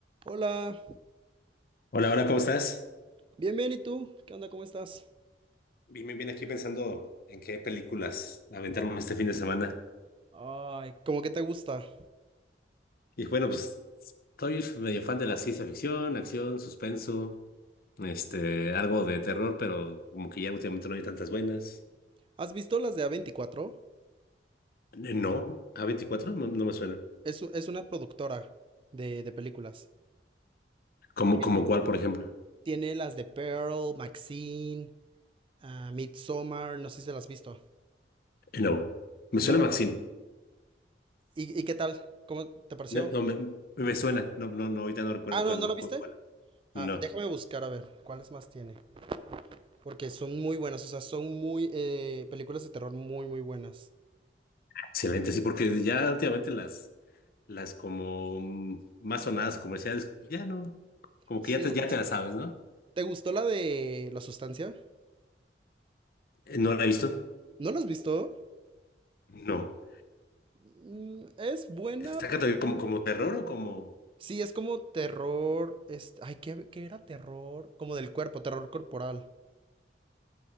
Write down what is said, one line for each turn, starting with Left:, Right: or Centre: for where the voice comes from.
Right: Hola,
Left: Hola, hola, ¿cómo estás?
Right: bien, bien, ¿y tú? ¿Qué onda? ¿Cómo estás?
Left: Bien, bien, bien, aquí pensando en qué películas aventarme este fin de semana.
Right: Ay, ¿Cómo que te gusta?
Left: Y bueno, pues soy medio fan de la ciencia ficción, acción, suspenso, este, algo de terror, pero como que ya últimamente no hay tantas buenas.
Right: ¿Has visto las de A24?
Left: Eh, No, a veinticuatro no, no me suena.
Right: Es, u- es una productora de, de películas.
Left: ¿Como,
Right: Tiene.
Left: como cuál, por ejemplo?
Right: Tiene las de Pearl, Maxine, ah, Midsommar, no sé si las has visto.
Left: Eh, No, me suena
Right: ¿No?
Left: Maxine.
Right: ¿Y, y qué tal? ¿Cómo te pareció?
Left: No, no, me, me suena, no, no, no, ahorita no recuerdo
Right: Ah, no,
Left: cuál,
Right: ¿no la viste?
Left: cuál, cuál. No.
Right: Ah, déjame buscar a ver cuáles más tiene. Porque son muy buenas, o sea, son muy eh, películas de terror muy, muy buenas.
Left: Excelente, sí, porque ya últimamente las, las como mm, más sonadas o comerciales, ya no, como
Right: Sí.
Left: que ya te, ya
Right: sí.
Left: te la sabes, ¿no?
Right: ¿Te gustó la de La Sustancia?
Left: Eh, ¿No la he visto?
Right: ¿No la has visto?
Left: No.
Right: Mm, Es buena.
Left: ¿Está catalogada como, como terror o como...?
Right: Sí, es como terror. este, ay, ¿qué, qué era terror? Como del cuerpo, terror corporal.